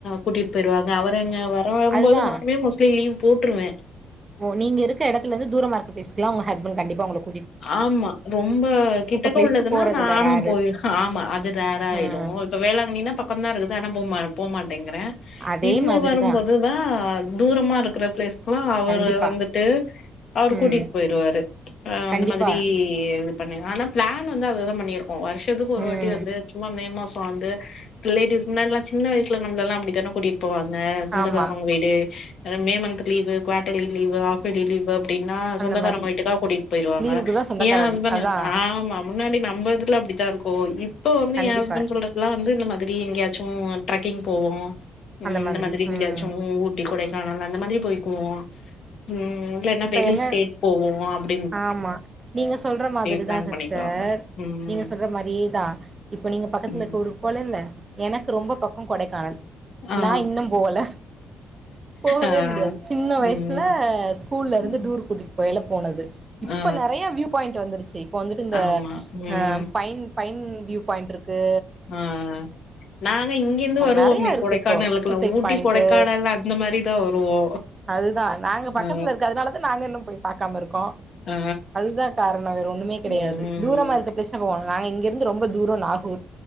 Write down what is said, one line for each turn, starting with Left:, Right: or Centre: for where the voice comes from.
Left: கூட்டிட் போயிருவாங்க அவரே ங்க வரும்போது
Right: அதுதா
Left: நானுமே மோஸ்லி லீவ் போட்ருவே
Right: ஓ நீங்க இருக்க இடத்துலந்து தூரமா இருக் பிளேஸ்கிலா உங்க ஹஸ்பண்ட் கண்டிப்ப உங்குளுக்
Left: ஆமா ரொம்ப கிட்டக்க
Right: பிளேஸ்க்கு
Left: உள்ளதுனா
Right: போறதில்ல
Left: நானா
Right: ரேரு
Left: போய் ஆமா அது ரேரா ஆயிரு
Right: ம்
Left: இப்ப வேளாங்கண்ணினா பக்கந்தா இருக்குது ஆனா போம போமாட்டேங்கிற
Right: அதே
Left: இவுங்க
Right: மாதிரிதா
Left: வரும்போதுதா தூரமா இருக்கிற பிளேஸ்கிலா அவரு
Right: கண்டிப்பா
Left: வந்துட்டு அவரு
Right: ம்
Left: கூட்டிட் போயிருவாரு ஆ
Right: கண்டிப்பா
Left: அந்த மாதிரி இது பண்ணு ஆனா பிளான் வந்து அதுதா பண்ணிருக்கோ வர்ஷ ஷதுக்கு ஒரு
Right: ம்
Left: வாட்டி வந்து சும்மா மே மாச வந்து ரிலேட்டிவ்ஸ் முன்னாட்லா சின்ன வயசுல நம்லெல்லா அப்டித்தானே கூட்டிட் போவாங்க சொந்தக்காரவ்ங்க
Right: ஆமா
Left: வீடு அதா May month leave quarterly leave half yearly leave அப்டின்னா
Right: அந்த
Left: சொந்தக்காரவுங்க
Right: மாரி
Left: வீட்டுகா கூட்டிட் போங்க
Right: லீவுக்குதா சொந்தக்காரர்
Left: ஏ ஹஸ்பண்டா
Right: அதா
Left: ஆ ஆமா முன்னாடி நம்பதுல அப்டிதா இருக்கு இப்ப வந்து
Right: கண்டிப்பா
Left: எ ஹஸ்பண்ட் சொல்ற எல்லா வந்து இந்த மாதிரி எங்கயாச்சு ட்ரக்கிங் போவோ
Right: அந்த
Left: இந்த மாதிரி எங்கயாச்சு
Right: ம்
Left: ஊ ட்டி கொடைக்கானல் அந்த மாதிரி போய்க்குவோ இல்லனா
Right: இப்ப
Left: வெளி
Right: என்ன
Left: ஸ்டேட் போவோ அப்
Right: ஆமா நீங்க சொல்ற மாதிரிதா
Left: பிளான்
Right: சிஸ்டர்
Left: பண்ணிக்குவாங்க ம்
Right: நீங்க சொல்ற மாரியேதா இப்ப நீங்க பக்கத்துல
Left: ம்.
Right: இருக்க ஊருக்கு போலல்ல எனக்கு ரொம்ப பக்கோ கொடைக்கானல்
Left: ஆ
Right: நா இன்னும் போல போக்வே
Left: ஆ
Right: முடியாது சின்ன வயசுல
Left: ம்
Right: ஸ் கூல்ல இருந்து
Left: ம்
Right: டூர் கூட்டிட் போகைல போனது இப்ப
Left: ஆ
Right: நெறைய வியூ பாயிண்ட் வந்துருச்சு இப்ப வந்துட்டு இந்த
Left: ஆமா ம்
Right: அ பைன் பைன் வியூ பாயிண்ட்ருக்கு
Left: ஆ நாங்க இங்கேந்து வருவோம்மே
Right: நெறைய இருக்கு
Left: கொடைக்கானலக்குல
Right: இப்போ சூசைட்
Left: ஊட்டி
Right: பாயிண்ட்டு
Left: கொடைக்கானல்ல அந்த மாரி தா வருவோ
Right: அதுதா நாங்க பக்
Left: ஆ
Right: க்கத்துல இருக்கு அதனால தா நாங்க இன்னு போய் பாக்காம இருக்கோ
Left: ஆ
Right: அதுதா காரணோ வேற ஒண்ணுமே
Left: ம்
Right: கெடையாது தூரமா இருக்க பேசினே போவாங்க நாங்க இங்கெர்ந்து ரொம்ப தூரோ நாகூர்